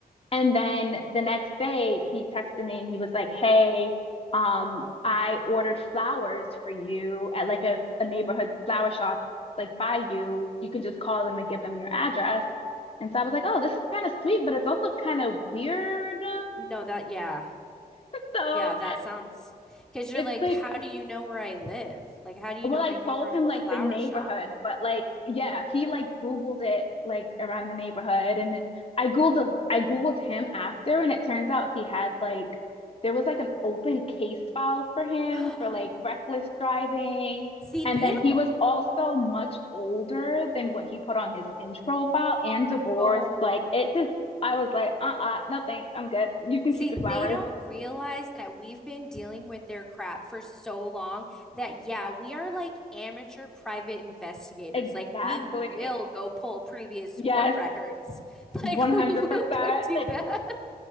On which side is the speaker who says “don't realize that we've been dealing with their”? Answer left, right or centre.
Centre